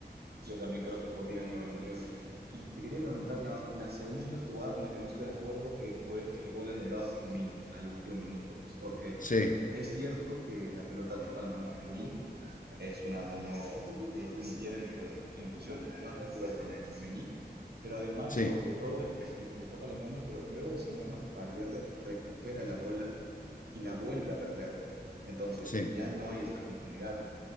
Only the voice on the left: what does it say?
Sí,
sí,
sí,